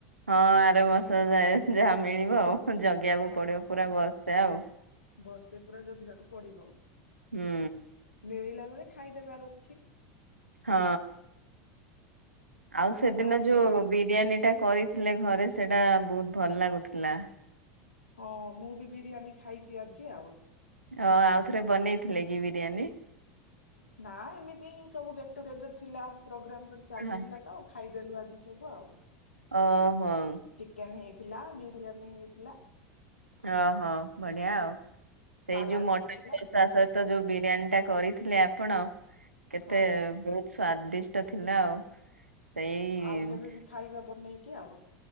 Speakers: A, on the right; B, on the left.
A: ହଁ ଆର ବର୍ଷ ଯାଏ ଯାହା ମିଳିବ ଆଉ। ଜଗିବାକୁ
B: ହଁ
A: ପଡିବ ପୁରା ବର୍ଷେ ଆଉ।
B: ବର୍ଷେ ପୁରା ଜଗିବାକୁ ପଡିବ।
A: ହୁଁ।
B: ମିଳିଲା ବେଳେ ଖାଇଦେବାର୍ ଅଛି।
A: ହଁ ଆଉ
B: ନା
A: ସେଦିନ
B: ନହେଲେ
A: ଯୋଉ ବିରିୟାନୀ ଟା କରିଥିଲେ ଘରେ ସେଟା ବୋହୁତ୍ ଭଲ୍ ଲାଗୁଥିଲା।
B: ହଁ ମୁଁ ବି ବିରିୟାନୀ ଖାଇଚି ଆଜି ଆଉ।
A: ଓ ଆଉ ଥରେ ବନେଇଥିଲେ କି ବିରିୟାନୀ?
B: ନା ଏମିତି ହିଁ ସବୁ ଗେଟ୍ ଟୁଗେଦର୍ ଥିଲା ପ୍ରୋଗ୍ରାମ୍ ଗୋଟେ ଚାଲିଥିଲା
A: ହଁ।
B: ତ। ଖାଇଦେଲୁ ଆଜି ସବୁ ଆଉ।
A: ଓଁ ହୋଁ।
B: ଚିକେନ୍ ହେଇଥିଲା ବିରିୟାନୀ ହେଇଥିଲା।
A: ଓହୋଁ ବଢିଆ ଆଉ
B: ସାଲାଡ
A: ସେଇ ଯୋଉ ମଟନ୍
B: ହେଇଥିଲା
A: ଦୋସା ସ ତ ଯୋଉ ବିରିୟାନୀ ଟା କରିଥିଲେ ଆପଣ କେତେ
B: ହଁ।
A: ବୋ ସ୍ଵାଦିଷ୍ଟ ଥିଲା ଆଉ ସେଇ
B: ଆଉ କେବେ ବି ଖାଇବା ବନେଇକି ଆଉ